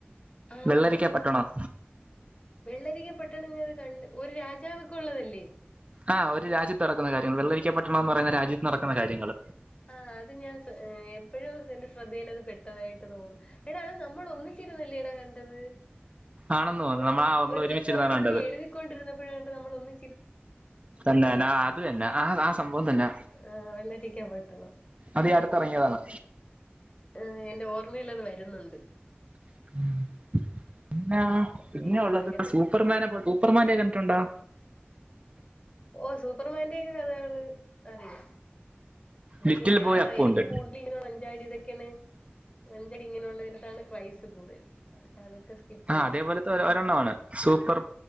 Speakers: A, on the left; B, on the right.
A: ആഹ്
B: വെള്ളരിക്കാപട്ടണം
A: വെള്ളരിക്ക പട്ടണ അത് കണ്ട് ഒരു രാജാവൊക്കെ ഉള്ളതല്ലേ
B: ആഹ് ഒരു രാജ്യത്ത് നടക്കുന്ന കാര്യങ്ങൾ വെള്ളരിക്ക പട്ടണം എന്ന് പറയുന്ന രാജ്യത്ത് നടക്കുന്ന കാര്യങ്ങൾ
A: ആഹ് അത് ഞാൻ എപ്പോഴും എന്റെ ശ്രദ്ധയിൽ അത് പെട്ടതായിട്ട് തോന്നും എടാ അത് നമ്മള ഒന്നി <unintelligible> എടാ കണ്ടത്
B: ആണെന്ന് തോന്നുന്നു
A: ഒരു ദിവ
B: നമ്മളാ നമ്മള്
A: ഒരു
B: ഒരുമിച്ചിരുന്നാണ്
A: ദിവസം അവിടെരുന്ന്
B: കണ്ടത്
A: എഴുതിക്കൊണ്ടിരുന്നപ്പോഴ കണ്ട നമ്മൾ ഒന്നി
B: തന്നെന്നെ അത് തന്നെ ആഹ് ആഹ് സംഭവം തന്നെ
A: ആഹ് വെള്ളരിക്ക പട്ടണം
B: അത് അടുത്ത്റങ്ങിയതാണ്
A: ആഹ് എൻ്റെ ഓർമ്മൽ അത് വരുന്നുണ്ട്
B: <unintelligible> ആഹ്
A: പക്ഷെ
B: പിന്നെ
A: ഇങ്ങനെയൊക്കെ
B: ഉള്ളത്
A: തന്നെ
B: സൂപ്പർമാന സൂപ്പർമാനേ കണ്ടിട്ടുണ്ടോ
A: ഓ സൂപ്പർമാൻ്റൊക്കെ കഥകള് അറിയാം പക്ഷെ
B: ലിറ്റിൽ
A: ഞാൻ
B: ബോയ് അപ്പുണ്ട്
A: എനിക്ക് കൂടുതൽ ഇങ്ങന മഞ്ചാടി ഇതൊക്കെണ് അഞ്ചടി ഇങ്ങനെള്ളതിനത്താണ് ക്രൈസ് കൂടുതൽ അതുകൊണ്ട് അതൊക്കെ സ്കിപ്പിടാണ്
B: ആഹ് അതേപോലത്തെ ഒരെണ്ണമാണ് സൂപ്പർ